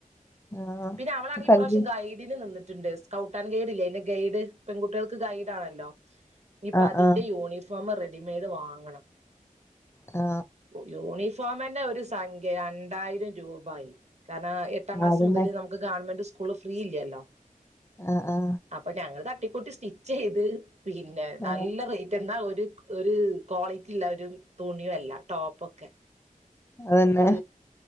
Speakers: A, on the left; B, on the right.
A: ആ
B: പിന്നെ അവളാണെങ്കി
A: കൽവി
B: ഇ പ്രാവശ്യം കായി ട്ടിന് നിന്നിട്ട്ണ്ട് സ്കൗട്ട ആൻ ഗൈഡ് ഇല്ലേ അയ്ന്റെ ഗൈഡ് പെൺകുട്ടികൾക്ക് ഗൈഡ് ആണല്ലോ ഇനിയിപ്പ
A: ആ
B: അതിന്റെ
A: ആ
B: യൂണിഫോം റെഡിമെയ്ഡ് വാങ്ങണം
A: ആ
B: യൂണിഫോമനെ ഒരു സംഖ്യ രണ്ടായിരം രൂപായി കാരണം എട്ടാം ക്ലാസ്
A: ആ, അതന്നെ
B: മുതൽ നമുക്ക് ഗവൺമെന്റ് സ്കൂള് ഫ്രീ ഇല്ലല്ലോ
A: ആഹ ആ
B: അപ്പൊ ഞങ്ങത് തട്ടിക്കൂട്ടി സ്റ്റിച്ച് ചെയ്ത് പിന്നെ
A: ആ,
B: നല്ല റ എന്നാ ഒരു ഒരു ക്വാളിറ്റി ഇല്ല ഒരു തുണിയുംല്ല ടോപ്പ ഒക്കെ
A: അതന്നെ
B: ഒരു